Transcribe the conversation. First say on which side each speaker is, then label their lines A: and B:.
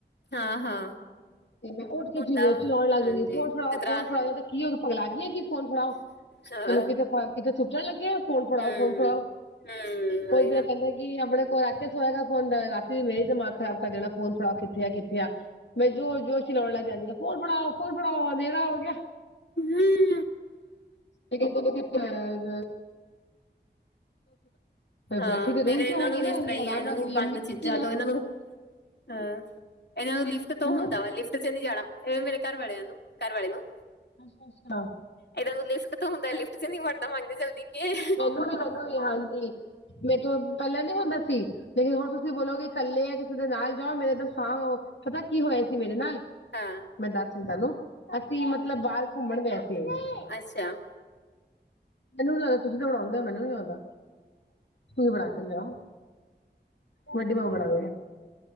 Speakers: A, on the left; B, on the left.
A: ਹਾਂ ਹਾਂ
B: ਤੇ ਮੈਂ ਉੱਠ ਕੇ
A: ਹੁੰਦਾ
B: ਚੀਲੋ -ਚੀਲੋਣ ਲੱਗ
A: ਹਾਂਜੀ
B: ਜਾਂਦੀ ਫੋਨ ਫੜਾਓ
A: ਜਿਸ ਤਰ੍ਹਾਂ
B: ਫੋਨ ਫੜਾ ਜਾਂ ਦੇ ਕੀ ਹੋ ਪਗਲਾ ਗਈਏ ਕੀ ਫੋਨ ਫੜਾ
A: ਹਾਂ
B: ਤੈਨੂੰ ਕਿਤੇ-ਕਿਤੇ ਸੁਟਣ ਲੱਗੇ ਆ। ਫੋਨ ਫੜਾਓ,
A: ਹਮ
B: ਫੋਨ ਫੜਾਓ
A: ਹਮ ਉਹੀ
B: ਓਈ ਫੇਰ
A: ਨਾ
B: ਏ ਕੇਂਦੇ ਕੀ ਆਪਣੇ ਕੋਲ ਰੱਖ ਕੇ ਸੋਏਆ ਕਰ ਫੋਨ ਰਾਤੀ ਮੇਰਾ ਈ ਦਿਮਾਗ ਖਰਾਬ ਕਰ ਦੇਣਾ ਫੋਨ ਫੜਾਓ ਕਿੱਥੇ ਆ-ਕਿੱਥੇ ਆ ਮੈਂ ਜੋਰ- ਜੋਰ ਚਲੋਣ ਲੱਗ ਜਾਂਨੀ ਆ, ਫੌਨ ਫੜਾਓ- ਫੋਨ ਫੜਾਓ ਅਨਧੇਰਾ ਹੋ ਗੇਆ-
A: ਹੂੰ
B: ਏ ਕੇਂਦੇ ਓੰਨੂ ਕੀ ਪੜਾ ਕਰ।
A: ਹਾਂ
B: ਬੈਠੀ ਤੇ ਰੂਮ
A: ਮੇਰੇ
B: ਚ
A: ਏਨਾਂ
B: ਹੈਗੀ
A: ਨੂੰ ਵੀ
B: ਨਾ
A: ਇਸ ਤਰਾਂ ਈ
B: ਆਰਾਮ
A: ਆ, ਏਨਾਂ
B: ਨਾਲ
A: ਨੂੰ ਵੀ
B: ਲੰਮੀ
A: ਬੰਦ ਚੀਜਾਂ
B: ਕਿੱਥੇ ਰਹਿ
A: ਤੋਂ ਏਨਾਂ ਨੂੰ- ਹਾਂ, ਏਨਾਂ ਨੂੰ ਲਿਫਟ ਤੋਂ
B: ਮੈਨੂੰ
A: ਹੁੰਦਾ ਵਾ ਲਿਫਟ ਚ ਨਈ ਜਾਣਾ ਏ ਮੇਰੇ ਘਰ ਵਾਲੇਆਂ ਨੂੰ ਘਰ ਵਾਲੇ ਨੂੰ-
B: ਅੱਛਾ -ਅੱਛਾ।
A: ਏਦਾਂ ਤੂ ਲਿਫਟ ਤੋ ਹੁੰਦਾ ਲਿਫਟ ਚ ਨੀ ਵਰਦਾ ਮਾਂਜਾ ਜਲਦੀ- ਕਿ
B: ਮੈਨੂੰ ਵੀ ਮੈਨੂੰ ਵੀ ਹਾਂਜੀ, ਮੇਥੋ ਪੇਲਾਂ ਨੀ ਹੁੰਦਾ ਸੀ ਲੇਕਿਨ ਹੁਣ ਤੁਸੀਂ ਬੋਲੋਗੇ ਕਿ ਇਕੱਲੇ ਆ ਕਿਸੇ ਦੇ ਨਾਲ ਜਾਓ ਮੇਰੇ ਏਧਰ ਸਾਹ ਪਤਾ ਕੀ ਹੋਏਆ ਸੀ ਮੇਰੇ ਨਾਲ-
A: ਹਾਂ-
B: ਮੈਂ ਦੱਸ ਦੀਂਨੀ ਤਾਨੂੰ, ਅਸੀਂ ਮਤਲਬ ਬਾਰ ਘੁੰਮਣ ਗਏ ਸੀਗੇ
A: ਅੱਛਾ-
B: ਮੈਨੂੰ ਨੀ ਲੱਗਦਾ ਤੁਸੀਂ ਤਾਂ ਬਣਾਂਦੇ ਓ ਮੈਨੂੰ ਨੀ ਲੱਗਦਾ, ਤੁਸੀਂ ਬਣਾ ਕੇ ਲਿਆਓ। ਵੱਡੀ ਮੰਮਾ ਬਣਾਦੁ ਗੇ।